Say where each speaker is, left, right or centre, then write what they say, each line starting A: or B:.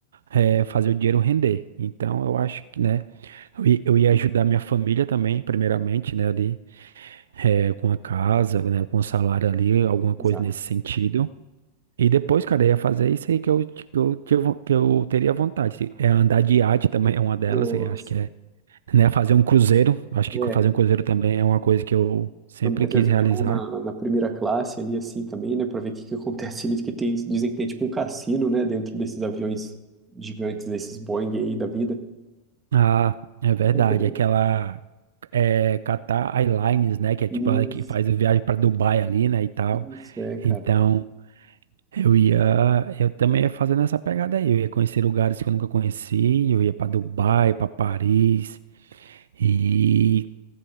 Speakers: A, on the right; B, on the right.
A: eh, fazer o dinheiro render. Então, eu acho que, né, eu, i- eu ia ajudar minha família também, primeiramente, né, ali, eh, com a casa, né, com o salário ali, alguma coisa
B: exato.
A: nesse sentido. E depois, cara, eu ia fazer isso aí que eu, que eu, que eu, que eu teria vontade. É andar de iate também, é uma delas.
B: Nossa.
A: Eu acho que é, né, fazer um cruzeiro. Acho
B: É,
A: que fazer um cruzeiro também é uma coisa que eu sempre
B: andar de
A: quis
B: avião
A: realizar.
B: na, na primeira classe ali assim também, né, Pra ver o que que acontece ali, que tem, dizem que tem tipo um cassino, né, dentro desses aviões gigantes, esses Boeing aí da vida.
A: Ah, é verdade.
B: <laughs>
A: Aquela é, Qatar Airlines, né, que é
B: Isso,
A: tipo a que faz a viagem para Dubai ali, né, e tal.
B: isso é, cara.
A: Então, eu ia, eu também ia fazendo essa pegada aí. Eu ia conhecer lugares que eu nunca conheci. Eu ia para Dubai, para Paris. E